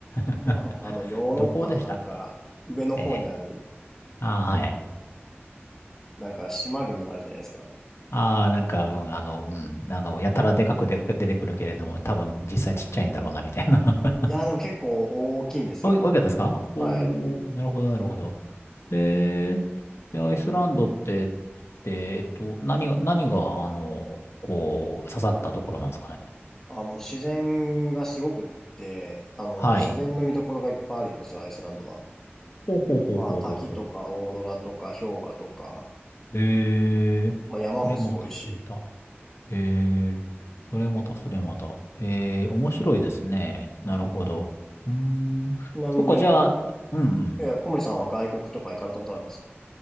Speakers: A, on the left; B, on the left.
A: <laughs>
B: はあはあはああの、ヨーロッパのなんか、
A: どこでしたっけ
B: 上の方にある、
A: ええ。ああ、はい。
B: なんか島国があるじゃないですか。
A: ああ、なんか、うん、あの、うん、あの、やたらでかくで出てくるけれども、多分実際ちっちゃいんだろうな、みたいな。<laughs>
B: いやーでも結構大きいんですよ。
A: おい、おいかったですかおおー、
B: はい。
A: なるほど、なるほど。ええ、でアイスランドって、で、えっと、何が、何が、あの、こう、刺さったところなんですかね。
B: あ、もう自然がすごくって、あの、
A: はい。
B: 自然の見どころがいっぱいあるんですよ、アイスランドは。
A: ほうほうほうほうほうほう。
B: まあ、滝とかオーロラとか氷河とか、
A: ええ、
B: まあ山もすごいし。
A: これはまた、それはまた。ええ、それまた、それまた。ええ、面白いですね。
B: うん。
A: なるほど。うーん。
B: ちなみに、
A: そっか、じゃあ、うんうん。
B: えー、小森さんは外国とか行かれたことあるんですか